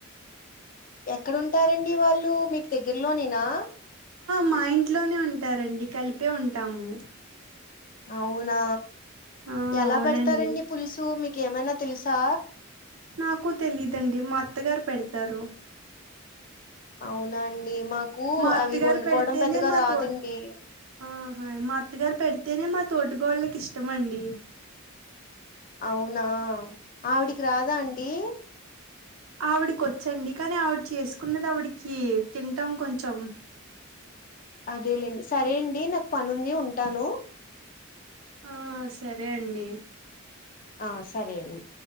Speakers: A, on the left; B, on the right.
A: ఎక్కడంటారండి వాళ్ళు మీకు దగ్గరలోనేనా
B: మా ఇంట్లోనే ఉంటారండి కలిపే ఉంటాము
A: అవునా
B: ఆ
A: ఎలా
B: అవునండి
A: పెడతారండి పులుసు మీకేమైనా తెలుసా
B: నాకు తెలిదండి మా అత్తగారు పెడతారు
A: అవునాండి మాకు
B: మా అత్తగారు
A: అవి వండుకోవడం
B: పెడితేనే
A: పెద్దగా
B: మా
A: రాదండి
B: తో ఆహా మా అత్తగారు పెడితేనే మా తోటీకోడలకి ఇష్టమ అండి
A: అవునా ఆవిడికి రాదా అండి
B: ఆవిడికి వచ్చండి కానీ ఆవిడ చేసుకున్నది ఆవిడికి తింటాం కొంచెం
A: అదేలేండి సరే అండి నాకు పని ఉంది ఉంటాను
B: ఆ సరే అండి
A: ఆ సరే అండి